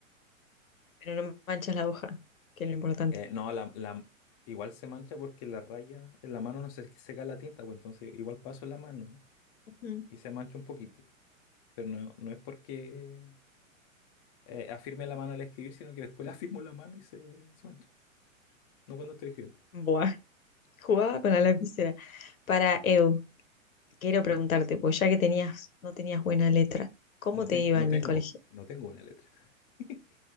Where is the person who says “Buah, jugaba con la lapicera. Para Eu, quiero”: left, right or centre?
Left